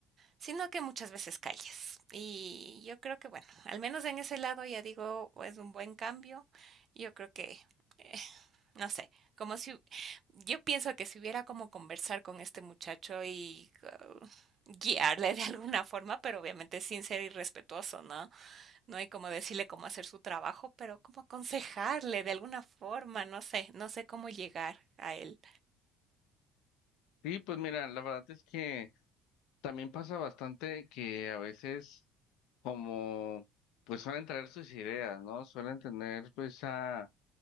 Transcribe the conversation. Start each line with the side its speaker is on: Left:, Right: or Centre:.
Right: sino que muchas veces calles. Y yo creo que, bueno, al menos en ese lado ya digo, es un buen cambio. Yo creo que eh, no sé, como si yo pienso que si hubiera como conversar con este muchacho y uh, guiarle de alguna forma, pero obviamente sin ser irrespetuoso, ¿no? No hay como decirle cómo hacer su trabajo, pero como aconsejarle de alguna forma, no sé, no sé cómo llegar a él.
Left: Sí, pues mira, la verdad es que También pasa bastante que a veces como pues suelen traer sus ideas, ¿no? Suelen tener pues a